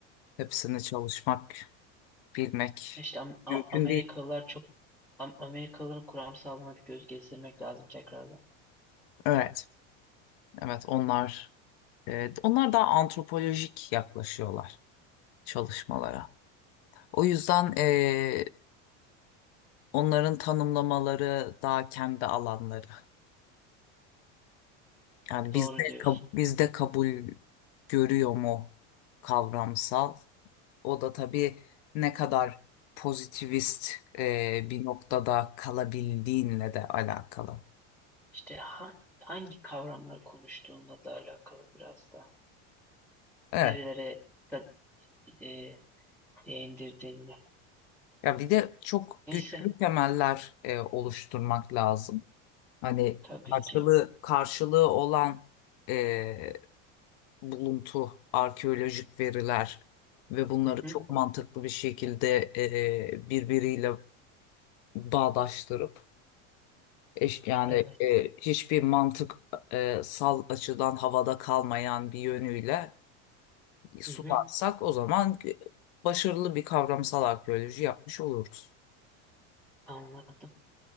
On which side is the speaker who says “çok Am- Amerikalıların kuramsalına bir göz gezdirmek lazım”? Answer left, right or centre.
Centre